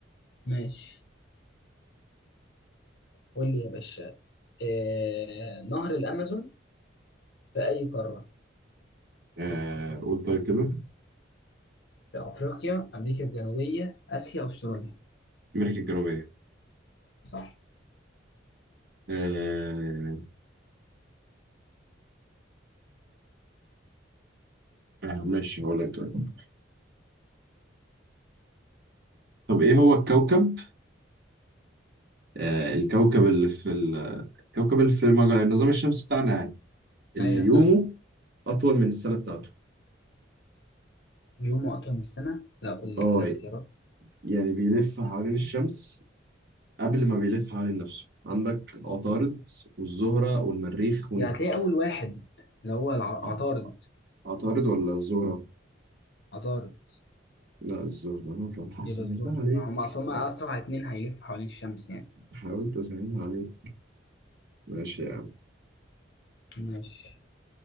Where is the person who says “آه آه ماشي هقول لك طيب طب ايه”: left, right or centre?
Right